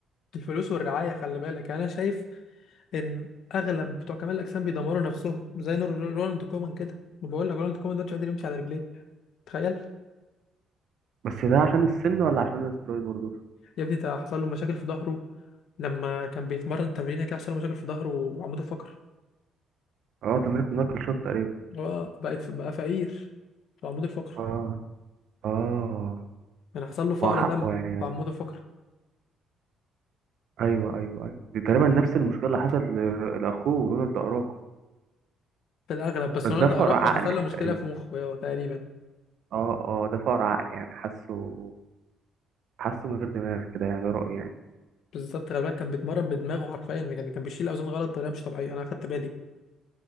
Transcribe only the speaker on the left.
الفلوس والرعايه خلي بالك يعني انا شايف ان اغلب بتوع كمال الاجسام بيدمروا نفسهم زي نور- رونالد كومان كده وبقول لك رونالد كومان ده مش قادر يمشي على رجليه تخيل
يا ابني ده حصل له مشاكل في ظهره لما كان بيتمرن تمرينه كده حصل له مشاكل في ظهره وعمود الفقر
هو بقت بقى فقير في عمود الفقر
يعني حصل له فقر
دم
في عمود الفقر
آه،
في الاغلب بس
رونالدو
اراخو
حصل له مشكله
في مخه هو تقريبا
بالظبط غالبا كان بيتمرن بدماغه حرفيا يعني كان بيشيل اوزان غلط بطريقه مش طبيعيه انا اخدت بالي